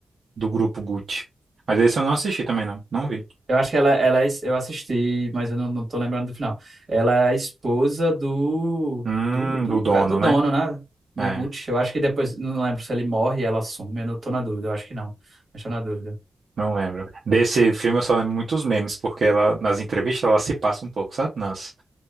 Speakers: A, on the right; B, on the right.
A: do grupo Gucci. Mas esse eu não assisti também, não. Não vi.
B: Eu acho que ela, ela é, es- eu assisti, mas eu não, não tô lembrando do final. Ela é a esposa do,
A: Hum,
B: do, do,
A: do dono,
B: ca- do dono,
A: né?
B: né? Do
A: É.
B: Gucci. Eu acho que depois, não lembro se ele morre e ela assume, eu não tô na dúvida, eu acho que não. Mas tô na dúvida.
A: Não lembro. Desse filme eu só lembro muitos memes, porque ela, nas entrevistas ela se passa um pouco, sabe? Nas,